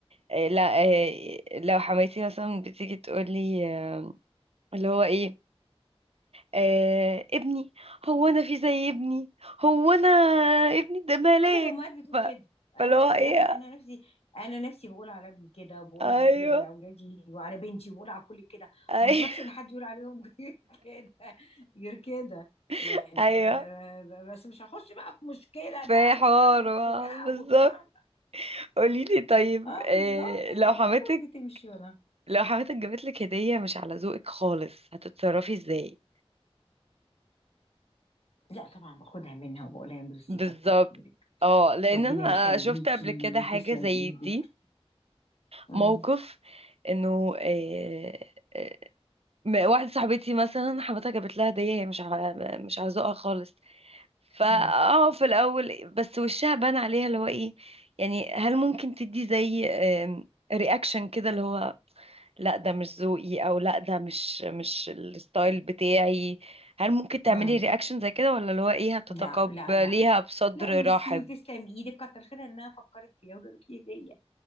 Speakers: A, on the right; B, on the left.
A: آه، لا آه، لو حماتي مثلا بتيجي تقولي آم، اللي هو ايه آه ابني هو انا في زي ابني هو انا ابني ده ملاك
B: كل الامهات بتقول
A: ف...
B: كده انا
A: فاللي هو ايه
B: نف- انا انا نفسي انا نفسي بقول على ابني كده وبقول
A: ايوه
B: على ايه على اولادي وعلى بنتي وبقول على كل كده
A: ايوه
B: وما اسمحش ان حد يقول عليهم <laughs> غير كده غير كده يعني
A: <laughs> ايوه
B: آه، بس مش هخش بقى في مشكلة
A: في
B: بقى
A: حوار
B: واعمل
A: آه،
B: خناقة
A: بالظبط
B: وبتاع
A: قوليلي طيب
B: اه
A: آه،
B: بالظبط
A: لو
B: لا الامور
A: حماتك
B: بتمشي ولا
A: لو حماتك جابتلك هدية مش على ذوقك خالص هتتصرفي ازاي
B: لا طبعا باخدها منها وبقول لها ميرسي
A: بالظبط
B: كتر خيرك
A: اه لان
B: ربنا
A: انا
B: يخليكي
A: شفت قبل كده حاجة
B: تسلم
A: زي
B: ايدك
A: دي
B: مم.
A: موقف انه آه، آه، م- واحدة صاحبتي مثلا حماتها جابت لها هدية هي مش على مش على ذوقها خالص فا اه
B: مم.
A: في الاول بس وشها بان عليها اللي هو ايه يعني هل ممكن تدي زي رياكشن كده اللي هو لا ده مش ذوقي او لا ده مش مش الستايل بتاعي هل ممكن تعملي
B: مم.
A: رياكشن زي كده ولا اللي هو ايه هتتقبليها
B: لا لا لا لا
A: بصدر
B: لا ميرسي
A: رحب
B: وتسلم ايدك كتر خيرها انها فكرت فيها وجابت لي هديه